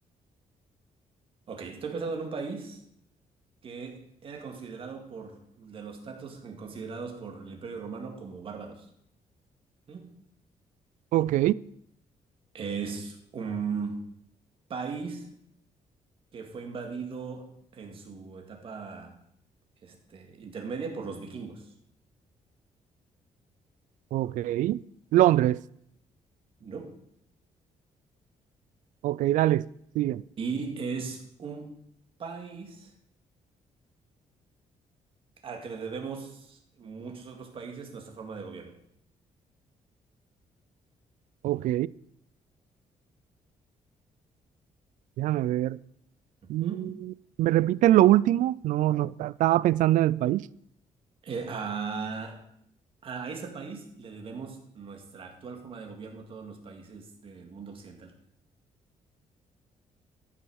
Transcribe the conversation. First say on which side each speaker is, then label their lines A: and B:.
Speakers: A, on the right (about 45°); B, on the right (about 85°).
A: ok, estoy pensando en un país que era considerado por, de los tantos considerados por el Imperio Romano como bárbaros. ¿Mm?
B: Ok,
A: Es un país que fue invadido en su etapa este, intermedia por los vikingos,
B: ok. Londres.
A: ¿no?
B: Ok, dale, sigue.
A: Y es un país al que le debemos muchos otros países nuestra forma de gobierno.
B: Ok, déjame ver. Mm,
A: Ujú.
B: ¿Me repiten lo último? No, no, esta- estaba pensando en el país.
A: Eh, a, a ese país le debemos nuestra actual forma de gobierno a todos los países del mundo occidental.